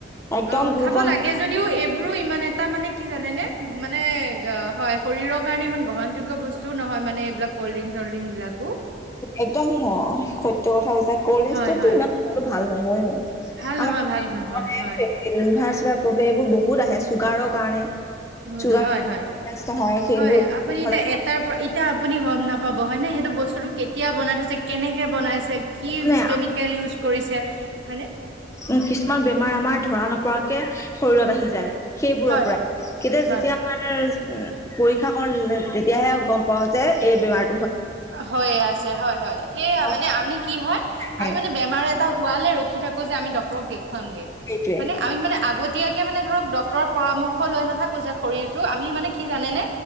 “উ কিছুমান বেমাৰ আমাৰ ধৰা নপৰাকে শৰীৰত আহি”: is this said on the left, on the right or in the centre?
Left